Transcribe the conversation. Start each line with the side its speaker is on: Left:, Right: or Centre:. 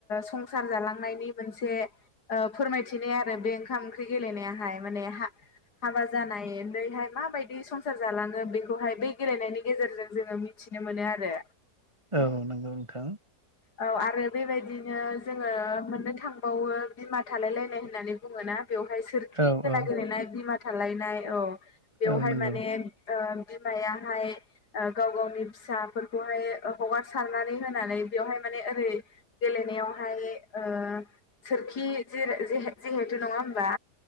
Left: संसार जालांनायनि मोनसे। ओ फोरमायथिनाय आरो बे ओंखाम-ओंख्रि गेलेनायाहाय माने हा-हाबा जानाय। ओरैहाय माबायदि संसार जालाङो बेखौहाय बै गेलेनायनि गेजेरजों जोङो मिथिनो मोनो आरो।
Right: औ नंगौ नोंथां।
Left: औ आरो बेबायदिनो जोङो मोननो थांबावो। बिमा थालायलायनाय होननानै बुङो ना बेवहाय सोरखि
Right: औ
Left: खेला
Right: औ
Left: गेलेनाय बिमा थालायनाय औ। बेवहाय
Right: औ नंगौ
Left: माने ओ बिमायाहाय। ओ गाव-गावनि फिसाफोरखौहाय हगार सारनानै होनानै। बेयावहाय माने ओरै गेलेनायावहाय ओ सोरखि जेर जरै। नङा होमबा?